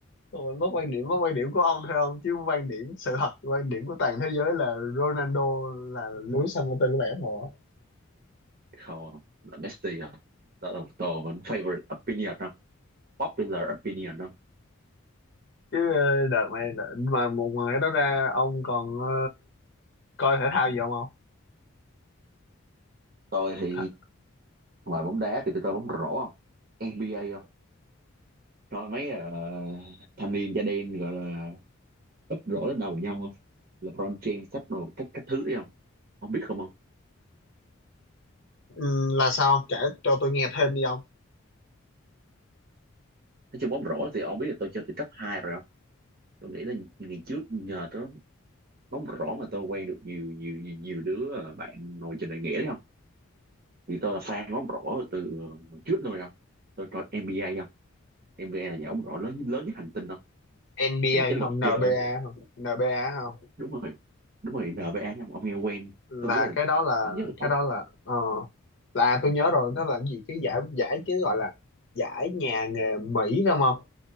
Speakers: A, on the left (about 55°); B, on the right (about 45°).
A: Tôi mất quan điểm mất quan điểm của ông thôi không? Chứ quan điểm sự thật quan điểm của toàn thế giới là Ronaldo là Lewis Hamilton của làng F1
B: Không ông, là Messi à, Đó là một tôi mình favorite opinion ông. Popular opinion ông.
A: chứ ờ, đợt này đợt- mà một ngoài đó ra ông còn ờ, coi thể thao gì không không
B: Tôi thì
A: Hả?
B: ngoài bóng đá thì tôi coi bóng rổ không? NBA không? Coi mấy ờ, thanh niên da đen gọi là úp rổ lên đầu nhau không? LeBron James sắp đồ các các thứ đấy không? Ông biết không ông?
A: Ừ, là sao ông kể cho tôi nghe thêm đi ông
B: Nói chung bóng rổ thì ông biết là tôi chơi từ cấp 2 rồi không? Tôi nghĩ là ngày trước nhờ đó bóng rổ mà tôi quen được nhiều nhiều nhiều, nhiều đứa ờ, bạn ngồi trên đại nghĩa đấy không vì tôi là fan bóng rổ từ hồi trước luôn không tôi coi NBA không NBA là nhà bóng rổ lớn lớn nhất hành tinh không
A: NBA
B: thì cái luật
A: không NBA
B: chơi
A: không NBA không
B: đúng rồi đúng rồi NBA không ông nghe quen
A: là
B: tôi nghĩ là
A: cái đó là
B: ít nhất là
A: cái
B: ông
A: đó là ờ, là tôi nhớ rồi nó là cái gì cái giải giải chứ gọi là giải nhà nghề Mỹ phải không không